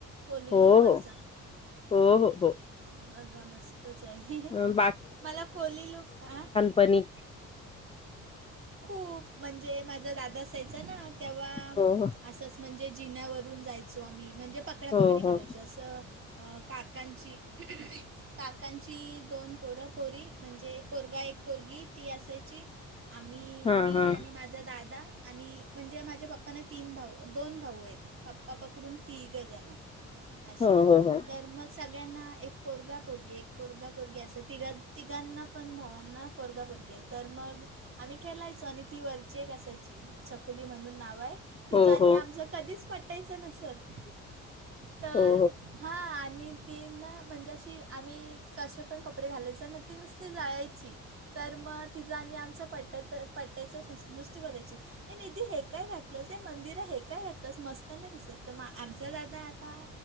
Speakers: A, on the right (about 45°); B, on the left (about 20°).
A: कोली
B: हो
A: लुकवरचा
B: हो हो हो हो
A: बघा मस्तच हा
B: अं,
A: मला कोली लूक आ
B: पनी
A: खूप म्हणजे माझा दादा असायचा ना तेव्हा
B: हो हो
A: असं म्हणजे जिन्यावरून जायचो आम्ही म्हणजे पकडापकडी
B: हो
A: खेलायचो
B: हो
A: असं अ काकांची काकांची दोन पोरं पोरी म्हणजे पोरगा एक पोरगी ती असायची आम्ही
B: हा
A: मी
B: हा
A: आणि माझा दादा आणि म्हणजे माझ्या पप्पांना तीन भाऊ दोन भाऊ आहेत पप्पा पकडून तीघजन अशी
B: हो हो हो
A: तर मग सगळ्यांना एक पोरगा पोरगी एक पोरगा पोरगी असं तिघां तिघांना पण भावांना पोरगा पोरगी आहेत तर मग आम्ही खेलायचो आणि ती वरची एक असायची छकुली म्हणून नाव आहे तिजं
B: हो
A: आणी
B: हो
A: आमचं कधीच पटायचं नसत तर
B: हो
A: हां आणि ती ना म्हणजे अशी आम्ही कसे पण कपडे घालायच ना ती नुसती जळायची तर म तिच आणि आमच पटत पटायचा नसत नुसती बोलायची हे निधी हे काय घातलंस हे मंदिरा हे काय घातलंस मस्त नाय दिसत तर आमचा दादा आता